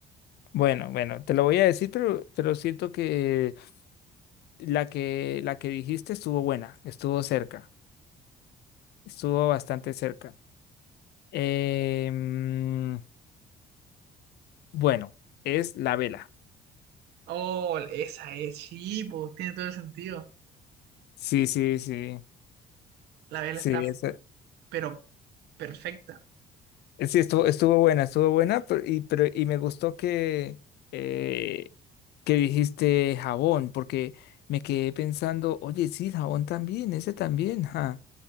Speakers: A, on the left; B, on the right.
A: Bueno, bueno, te lo voy a decir, pero, pero siento que la que la que dijiste estuvo buena, estuvo cerca, estuvo bastante cerca. Em, bueno, es la vela.
B: Oh, esa es, sí, pues tiene todo el sentido.
A: Sí, sí, sí.
B: La vela
A: Sí,
B: está,
A: es,
B: pero perfecta.
A: Eh, Sí, estuvo, estuvo buena, estuvo buena, pero, y, pero, y me gustó que, eh, que dijiste jabón, porque me quedé pensando, oye, sí, jabón también, ese también, ja.